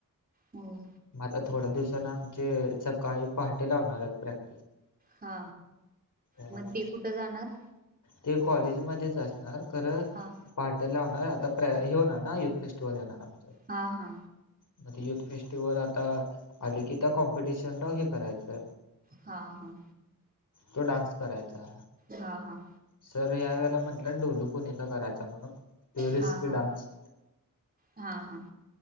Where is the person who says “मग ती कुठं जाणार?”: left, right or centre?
Right